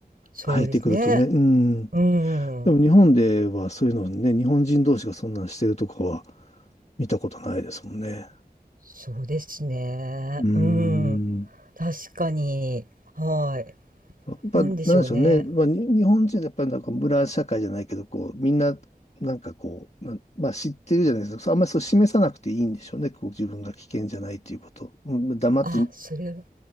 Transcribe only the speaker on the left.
入ってくるとね。うん。
でも日本ではそういうのね、日本人同士がそんなんしてるとこは見たことないですもんね。
うーん。
やっぱ、
なんでしょうね。まあ、に日本人はやっぱりなんか村社会じゃないけど、こう、みんな、なんかこう、なんまあ知ってるじゃないですか。あんまりそう示さなくていいんでしょうね。こう自分が危険じゃないっていうこと。うん黙って、